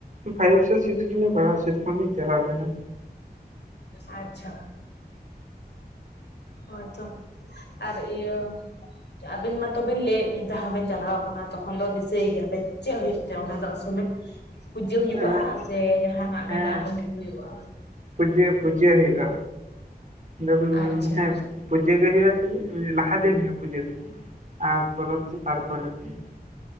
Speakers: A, on the right (about 45°); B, on the left (about 90°).
A: ᱯᱷᱟᱭᱤᱵᱽ ᱥᱮ ᱥᱤᱠᱥ ᱨᱤᱞᱤᱧ ᱯᱟᱲᱦᱟᱜ-ᱟ ᱥᱮ ᱛᱚᱠᱷᱚᱱᱞᱤᱧ ᱪᱟᱞᱟᱣ ᱞᱮᱱᱟ᱾
B: ᱟᱪᱪᱷᱟ᱾ ᱦᱳᱭᱛᱚ ᱟᱨ ᱤᱭᱟᱹ ᱟᱹᱵᱤᱱ ᱢᱟᱛᱚ ᱵᱤᱱ ᱞᱟᱹᱭᱮᱫ ᱫᱟ ᱟᱵᱮᱱ ᱪᱟᱞᱟᱣ ᱟᱠᱟᱱᱟ ᱛᱚᱠᱷᱚᱱ ᱫᱚ ᱫᱤᱥᱟᱹᱭ ᱜᱮᱭᱟᱵᱤᱱ ᱪᱮᱫ ᱦᱩᱭᱩᱜ ᱡᱮ ᱚᱸᱰᱮ ᱫᱚ ᱟᱥᱚᱞᱮ ᱯᱩᱡᱟᱹ ᱦᱩᱭᱩᱜᱼᱟ
A: ᱮᱸᱜ,
B: ᱥᱮ ᱡᱟᱦᱟᱸᱱᱟᱜ
A: ᱦᱮᱸ
B: ᱢᱮᱞᱟ ᱠᱚᱜᱤ ᱦᱩᱭᱩᱜᱼᱟ?
A: ᱯᱩᱡᱟᱹ ᱯᱩᱡᱟᱹ ᱦᱩᱭᱩᱜ-ᱟ, ᱫᱚᱢ
B: ᱟᱪᱪᱷᱟ
A: ᱦᱮᱸ ᱯᱩᱡᱟᱹ ᱜᱮ ᱦᱩᱭᱩᱜ-ᱟ ᱥᱩᱫᱷᱩ ᱞᱟᱦᱟ ᱫᱤᱱ ᱦᱩᱭᱩᱜ-ᱟ ᱯᱩᱡᱟᱹ ᱫᱚ ᱟᱨ ᱯᱚᱨᱚᱵᱽ ᱛᱟᱨᱯᱚᱨᱮᱨ ᱫᱤᱱ᱾